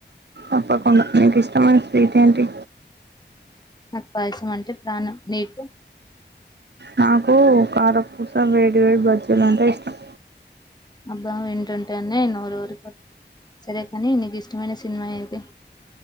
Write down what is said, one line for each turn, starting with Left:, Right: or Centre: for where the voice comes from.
Right: అప్ప కొ మీకు ఇష్టమ స్వీట్ ఆంటీ
Left: నాకు పాయసం అంటే ప్రాణం నీకు
Right: నాకు కారపూస వేడివేడి బజ్జీలు అంటే ఇష్టం
Left: అబ్బా వింటుంటాడి నోరు ఊరిపోతాను సరే కాని నీకు ఇష్టమైన సినిమా ఏది